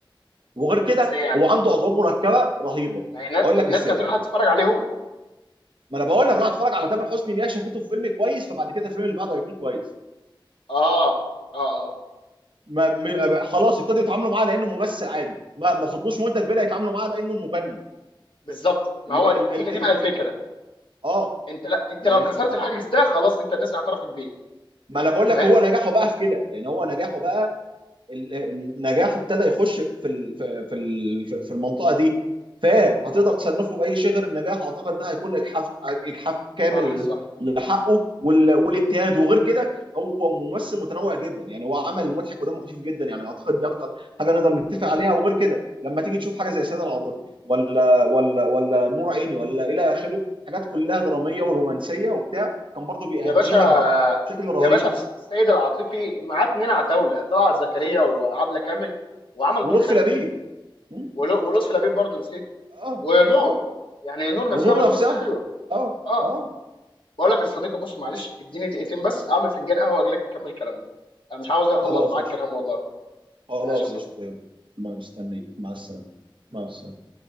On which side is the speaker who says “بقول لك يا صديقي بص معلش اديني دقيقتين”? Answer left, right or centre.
Left